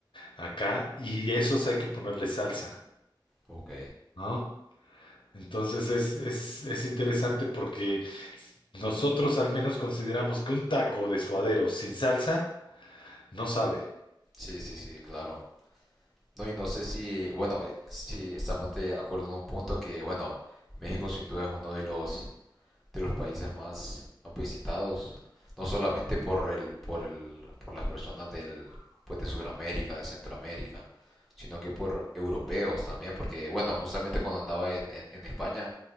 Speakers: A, on the left; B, in the centre.
A: Acá, y esos hay que ponerle salsa,
B: Ok,
A: ¿no? Entonces es, es, es interesante porque nosotros al menos consideramos que un taco de suadero sin salsa no sabe.
B: sí, sí, sí, claro. No, y no sé si, bueno, eh, si estamos de acuerdo en un punto que, bueno, México sin duda es uno de los de los países más, más visitados, no solamente por el por el por las personas del pues de Sudamérica, de Centroamérica, sino que por europeos también, porque bueno, justamente cuando andaba en, en, en España